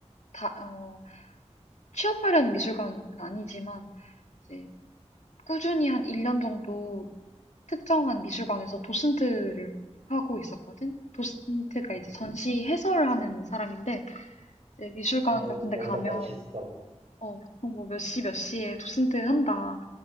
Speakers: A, on the left; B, on the right.
A: 다, 어, 취업하려는 미술관은 아니지만 이제 꾸준히 한 1년 정도 특정한 미술관에서 도슨트를 하고 있었거든. 도슨트가 이제
B: 음,
A: 전시 해설을 하는 사람인데 이제 미술관
B: 어,
A: 같은 데
B: 뭔가
A: 가면
B: 멋있어.
A: 어, 보통 뭐 몇 시 몇 시에 도슨트 한다.